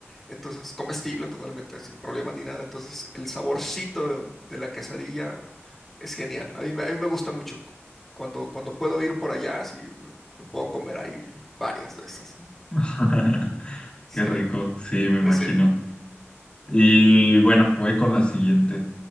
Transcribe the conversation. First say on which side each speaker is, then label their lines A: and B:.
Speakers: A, in the centre; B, on the left.
A: Entonces, comestible totalmente, sin problema ni nada. Entonces, el saborcito de la quesadilla es genial. A mí, me- a mí me gusta mucho. Cuando, cuando puedo ir por allá, sí, me puedo comer ahí varias de esas, ¿no?
B: <laughs>
A: Sí,
B: Qué rico, sí, me imagino.
A: sí. sí.
B: Y bueno, voy con la siguiente.